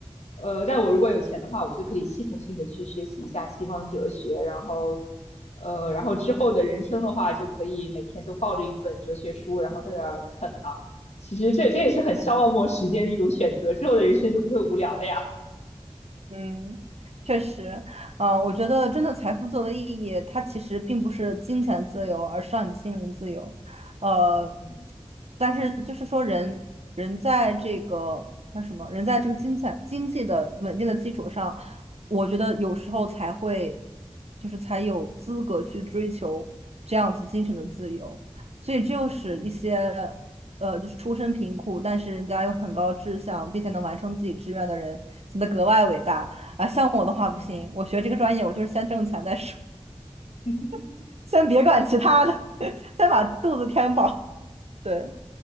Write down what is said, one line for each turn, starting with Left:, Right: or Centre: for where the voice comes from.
Left: 呃，但我如果有钱的话，我就可以系统性的去学习一下西方哲学，然后，呃，然后之后的人生的话，就可以每天就抱着一本哲学书，然后在那儿啃了。其实这这也是很消磨时间的一种选择，之后的人生就不会无聊了呀。
Right: 嗯，确实，呃，我觉得真的财富自由的意义，它其实并不是金钱自由，而是让你心灵自由。呃，
Left: 嗯
Right: 但是就是说人，人在这个叫什么？人在这个金钱经济的稳定的基础上，我觉得有时候才会，就是才有资格去追求这样子精神的自由。
Left: 嗯
Right: 所以，这又使一些
Left: 嗯
Right: 呃，就是出身贫苦，但是人家有很高志向，并且能完成自己志愿的人，显得格外伟大啊。像我的话不行，
Left: 嗯。嗯
Right: 我学这个专业，我就是先挣钱再说，
Left: 嗯
Right: <laughs> 先别管其他的，<laughs> 先把肚子填饱。对，